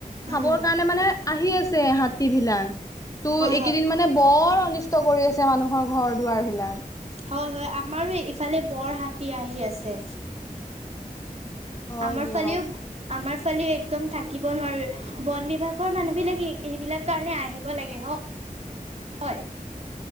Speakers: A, on the left; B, on the right.
A: খাবৰ
B: উম
A: কাৰণে মানে আহি আছে হাতী বিলাক। তো
B: হয়
A: এইকেইদিন
B: হয়
A: মানে বৰ অনিষ্ট কৰি আছে মানুহৰ ঘৰ দুৱাৰ বিলাক।
B: হয় হয় আমাৰো ইফালে বৰ হাতী আহি আছে।
A: হয়
B: আমাৰ
A: দিয়ক
B: ফালেও। আমাৰ ফালে একদম থাকিব নোৱাৰো। বন বিভাগৰ মানুহ বিলাক সেইবিলাক কাৰণে আহিব। ব লাগে, হয়।